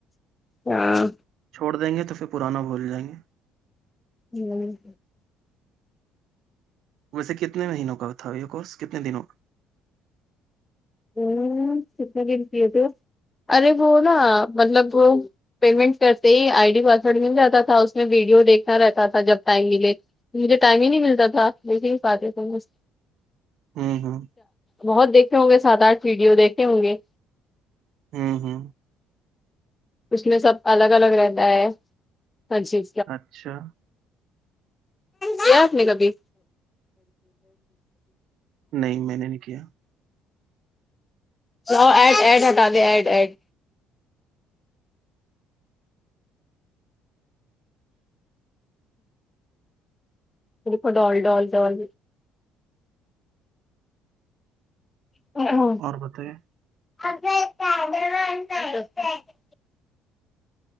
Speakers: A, on the left; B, on the right.
A: ہاں
B: چھوڑ دیں گے تو پھر پرانا بھول جائیں گے
A: ہوں
B: ویسے کتنے مہینوں کا تھا یہ کورس کتنے دنوں کا
A: ہوں کتنے دنتیے تھے ارے وہ نا مطلب <unintelligible> پیمنٹ کرتے ہی آئی ڈی پاسورڈ مل جاتا تھا اس میں ویڈیو دیکھنا رہتا تھا جب ٹائم ملے مجھے ٹائم ہی نہیں ملتا تھا دیکھ ہی نہیں پاتے ت مھ <unintelligible>
B: کا ہوں ہوں
A: بہت دیکھتے ہوں گے سات آٹھ ویڈیو دیکھتے ہوں گے
B: ہاں ہاں <unintelligible>
A: اس میں سب الگ الگ رہتا ہے ہاں جی
B: اچھا
A: کیا آپنے کبھی
B: نہیں میں نے نہیں کیا
A: <unintelligible> لؤ ایڈ ایڈ ہٹا دے ایڈ ایڈ دیکھو ڈال ڈال ڈال ر
B: اور بتائیں
A: <inaudible>